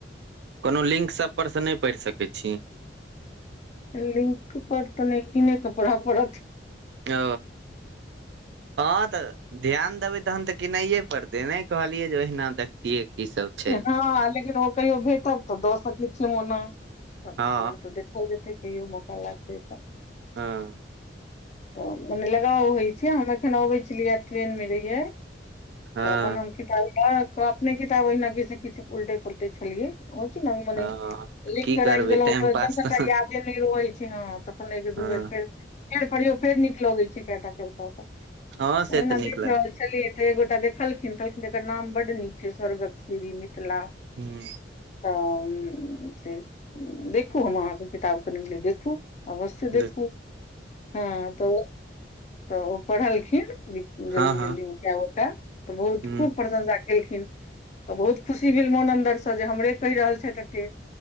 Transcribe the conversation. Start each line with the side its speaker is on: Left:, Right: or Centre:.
Right: कोनो लिंक सभपर सँ नहि पढ़ि सकैत छी।
Left: लिंक पर तऽ नैय कीनेके पढ़य पड़त।
Right: ओ हँ तऽ। ध्यान देबै तहन तऽकिनाइे पड़तै, नहि कहलियै जे ओहिना देखतियै की सब। छै
Left: हँ लेकिन ओ कहियो भेटब तऽ, दऽ सकैत छीय ओना तहन
Right: हँ
Left: तऽ देख। भजेते तइयो मौका लागतै तऽ।
Right: हँ ‌।
Left: तऽ मने लगाव होइत छै, हम एखन अबैत छलियै, आ ट्रेन में रहियै। तऽ
Right: हँ
Left: अपन हम किताब लऽ क, अपने किताब ओहिना कि, किछु उलटे पुलटे छलियै। हो कि नहि मने
Right: हँ
Left: <inaudible> लिखक
Right: तऽ की
Left: राईख
Right: करबै
Left: देलहुँं
Right: टाइम
Left: अपन
Right: पास
Left: जहन सबटा
Right: तऽ
Left: यादे नहि रहै छै, हँ तखन एक
Right: हँ
Left: दू बेर फेर फेर पढ़ियौ फेर नीक लगैत छै, केंटा के ओत सँ
Right: हँ से
Left: एना
Right: तऽ नीक
Left: देख
Right: लागै
Left: रहल छी। पछलिये त ऐ गोटा देखलखिन कहलखिन एकर नाम बड्ड नीक छै, स्वर्गक श्री मिथिला।
Right: हूं।
Left: तऽ से देखू हम अहाँके किताब कनि देखू। अवश्य देखू
Right: देख
Left: हँ तऽ तऽ ओ पढ़लखिन जल्दी
Right: हँ
Left: - जल्दी
Right: हँ
Left: उ कए उटा। तऽ बहुत
Right: हूँ
Left: खूब प्रशंसा केलखिन तऽ बहुत खुशी भेल मोन अन्दरसँ जे हमरे कहि रहल छएथ एते।